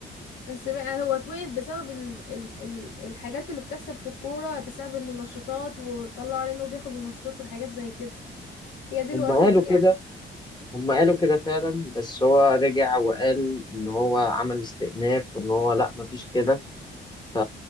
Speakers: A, on the left (about 80°); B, on the left (about 20°).
A: بس بقى هو اتوقف بسبب ال... ال... ال... الحاجات اللي بتحصل في الكورة بسبب المنشطات وطلعوا عليه انه بياخد منشطات وحاجات زي كده هي دي اللي
B: هم
A: وقفت
B: قالوا
A: الدنيا
B: كده هم قالوا كده فعلا بس هو رجع وقال إن هو عمل استئناف وإن هو لأ مفيش كده ف